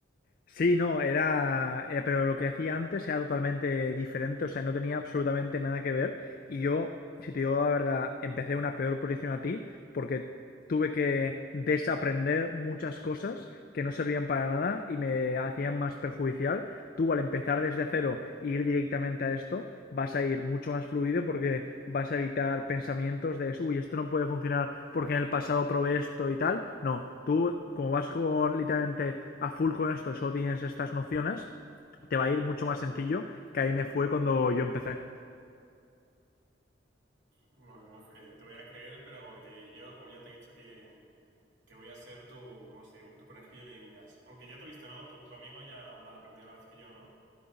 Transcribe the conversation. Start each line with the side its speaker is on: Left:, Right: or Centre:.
Left: Sí, no, era, era- pero lo que hacía antes era totalmente diferente, o sea, no tenía absolutamente nada que ver. Y yo, si te digo la verdad, empecé en una peor posición a ti, porque tuve que desaprender muchas cosas que no servían para nada y me hacían más perjudicial, tú al empezar desde cero e ir directamente a esto, vas a ir mucho más fluido porque vas a evitar pensamientos de, uy, esto no puede funcionar porque en el pasado probé esto y tal. No, tú como vas con literalmente a full con esto, solo tienes estas nociones, te va a ir mucho más sencillo que ahí me fue cuando yo empecé.
Right: Bueno, no no sé, te voy a creer, pero porque yo, como ya te he dicho que que voy a ser tu, ¿cómo se digo? Tu conejillo de indias. Aunque ya tuviste, ¿no? Tu, tu amigo ya, en plan, aprendió la vez que yo, ¿no?